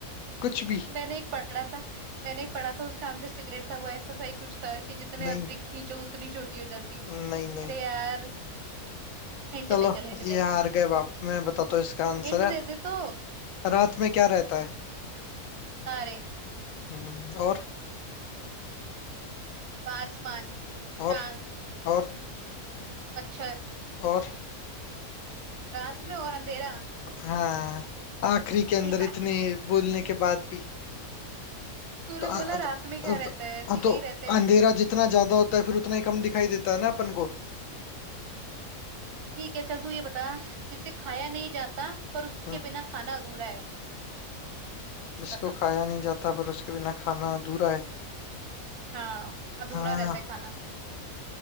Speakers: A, on the left (about 70°); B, on the right (about 85°).
A: कुछ भी
B: मैंने एक पढ़ा था मैंने एक पढ़ा था उसका आंसर सिगरेट था वो ऐसा सा ही कुछ था कि जितने
A: नहीं
B: अधिक खींचो उतनी छोटी हो जाती है
A: नहीं नहीं
B: अरे यार हिंट
A: चलो
B: दे चल हिंट
A: ये
B: दे
A: हार गए बाप मैं बताता हूँ इसका आंसर
B: हिंट
A: है
B: दे दे तो
A: रात में क्या रहता है
B: तारे
A: हम्म, और
B: आसमान
A: और
B: चांद
A: और
B: मच्छर
A: और
B: रात में और अंधेरा
A: हाँ आखिरी के
B: <laughs>
A: अंदर
B: यार
A: इतने बोलने के बाद भी
B: तूने
A: तो, अ-
B: बोला
A: अ-
B: रात में क्या
A: अ-
B: रहता है तो
A: अ-
B: यही
A: तो
B: रहते
A: अंधेरा
B: हैं
A: जितना ज्यादा होता है फिर उतना ही कम दिखाई देता है ना अपन को
B: ठीक है चल तू ये बता जिसे खाया नहीं जाता पर उसके
A: हम्म,
B: बिना खाना अधूरा है
A: उसको
B: बताओ
A: खाया नहीं जाता पर उसके बिना खाना अधूरा है
B: हाँ अधूरा
A: हाँ
B: रहता है खाना